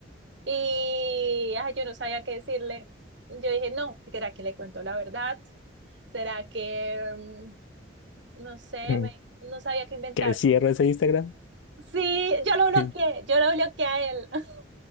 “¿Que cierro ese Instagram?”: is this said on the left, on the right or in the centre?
Left